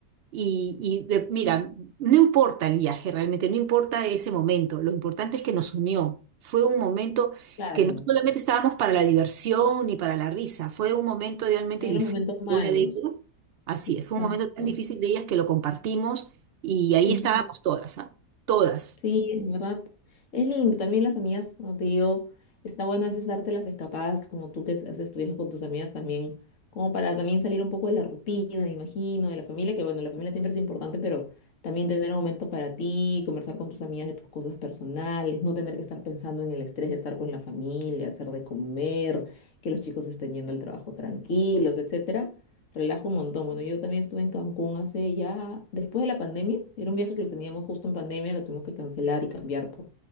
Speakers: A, on the right; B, on the left.
A: Y, y de- mira, no importa el viaje realmente, no importa ese momento, lo importante es que nos unió. Fue un momento
B: Claro,
A: que no solamente estábamos para la diversión ni para la risa, fue un momento realmente
B: en
A: difícil
B: los momentos malos.
A: de una de ellas. Así
B: Exacto.
A: es, fue un momento tan difícil de ellas que lo compartimos y ahí
B: Ujú.
A: estábamos todas, ¿ah? Todas.
B: Sí, en verdad es lindo. También las amigas, como te digo, está bueno a veces darte las escapadas, como tú que haces tu viaje con tus amigas también, como para también salir un poco de la rutina, me imagino, de la familia, que bueno, la familia siempre es importante, pero también tener un momento para ti, conversar con tus amigas de tus cosas personales, no tener que estar pensando en el estrés de estar con la familia, hacer de comer, que los chicos estén yendo al trabajo tranquilos, etcétera relajo un montón. Bueno, yo también estuve en Cancún hace ya, después de la pandemia, era un viaje que teníamos justo en pandemia, lo tuvimos que cancelar y cambiar por,